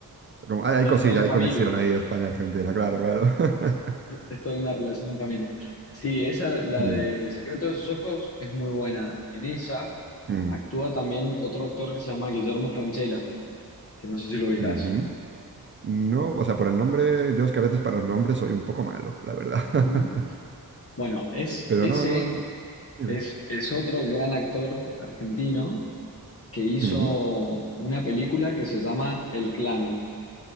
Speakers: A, on the right (about 30°); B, on the left (about 40°).
A: Como- Hay, hay
B: Queda
A: cosilla,
B: todo en
A: hay
B: familia.
A: conexión ahí España-Argentina, claro, claro. <laughs>
B: Es toda una relación en familia. Sí, esa, la
A: Mm,
B: de El secreto de sus ojos, es muy buena. En esa
A: mm,
B: actúa también otro actor que se llama Guillermo Francella, que no sé si lo ubicás.
A: ujú. No, o sea, por el nombre, yo es que a veces para los nombres soy un poco malo, la verdad.
B: Ujú.
A: <laughs>
B: Bueno, es,
A: Pero
B: ese
A: no, no, no, dime.
B: es, es otro gran actor argentino que hizo
A: Mm,
B: una película que se llama El Clan.